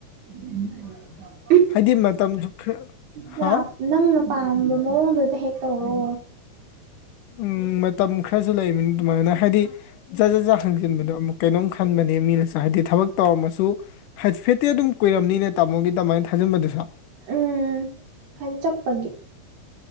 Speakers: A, on the right (about 55°); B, on the left (about 75°).
A: <unintelligible>
B: ꯍꯥꯏꯗꯤ ꯃꯇꯝꯁꯨ ꯈꯔ
A: ꯅ
B: ꯍꯥ
A: ꯅꯪꯅ ꯄꯥꯝꯕ ꯃꯑꯣꯡꯗꯨꯗ ꯍꯦꯛ ꯇꯧꯔꯣ
B: ꯎꯝ ꯃꯇꯝ ꯈꯔꯁꯨ ꯂꯩꯕꯅ ꯑꯗꯨꯃꯥꯏꯅ ꯍꯥꯏꯗꯤ ꯖ ꯖ ꯍꯪꯖꯤꯟꯕꯗꯣ ꯑꯃꯨꯛ ꯀꯩꯅꯣꯝ ꯈꯟꯕꯅꯦ ꯃꯤꯅꯁꯨ ꯍꯥꯏꯗꯤ ꯊꯕꯛ ꯇꯧꯔꯝꯃꯁꯨ ꯍꯥꯏꯐꯦꯠꯇꯤ ꯑꯗꯨꯝ ꯀꯨꯏꯔꯝꯅꯤꯅꯦ ꯇꯥꯃꯣꯒꯤ ꯇꯃꯥꯏꯅ ꯊꯥꯖꯤꯟꯕꯗꯨꯁꯨ
A: ꯎꯝ ꯍꯥꯏꯗꯤ ꯆꯠꯄꯒꯤ